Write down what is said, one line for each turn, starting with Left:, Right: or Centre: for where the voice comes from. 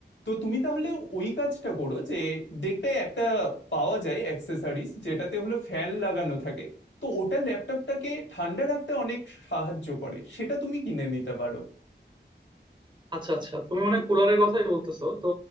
Left: তো তুমি তাহলে ওই কাজটা করো যে দেখবে একটা পাওয়া যায় অ্যাক্সেসরিজ যেটাতে হলো ফ্যান লাগানো থাকে তো ওটা ল্যাপটপটাকে ঠান্ডা রাখতে অনেক সাহায্য করে সেটা তুমি কিনে নিতে পারো
Right: আচ্ছা আচ্ছা তুমি মানে কুলারের কথাই বলতেছো তো